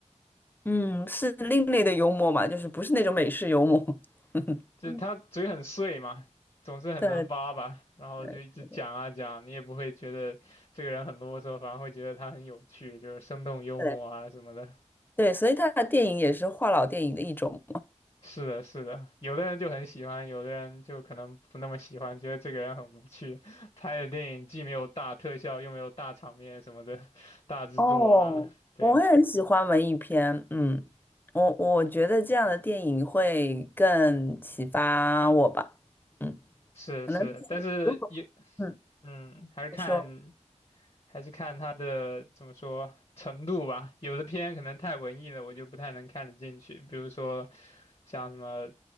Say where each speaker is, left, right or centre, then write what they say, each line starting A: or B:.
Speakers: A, on the left; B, on the left.
A: 嗯，是另类的幽默嘛，就是不是那种美式幽默。
B: 就是他嘴很碎嘛，
A: <laughs>
B: 总是很能叭叭，
A: 对
B: 然后就一直讲啊讲，
A: 对
B: 你也不会觉得这个人很啰嗦，反而会觉得他很有趣，就是生动幽默啊什么的。
A: 对。对，所以他的电影也是话痨电影的一种。
B: 是的，是的，有的人就很喜欢，有的人就可能不那么喜欢，觉得这个人很无趣，拍的电影既没有大特效，又没有大场面什么的，大制作啊，
A: 哦，
B: 对，
A: 我也很喜欢文艺片，嗯，我我觉得这样的电影会更启发我吧，嗯，
B: 是是，
A: 可能
B: 但是也，
A: 如果嗯
B: 嗯，还是看。
A: 你说
B: 还是看它的怎么说程度吧。有的片可能太文艺了，我就不太能看得进去。比如说像什么